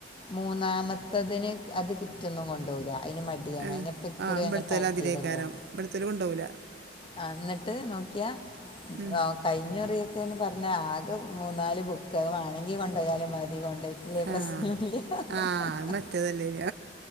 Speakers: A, on the left (about 25°); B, on the right (about 60°).
A: മൂന്നാമത്തതിന് അത് കിറ്റൊന്നും കൊണ്ടൊകില്ല അയ്‌ന് മടി <unintelligible>
B: ആ ആ ഇവിടുത്തെ അതിരേക്കാരം ഇവിടുത്തെ കൊണ്ടുപോകില്ല
A: ആ എന്നിട്ട് നോക്കിയാ
B: ഉം
A: റോ കഴിഞ്ഞുറിയൊക്കെന്ന് പറഞ്ഞാൽ ആകെ മൂന്നാല് ബുക്ക് അത് വേണെങ്കിൽ കൊണ്ടയാലും മതി കൊണ്ടോയി ല്ലേ പ്രശ്നോല്ല
B: ആ
A: ഹ ഹ
B: ആ
A: ഹ
B: അത്
A: ഹ
B: മറ്റേതല്ലേ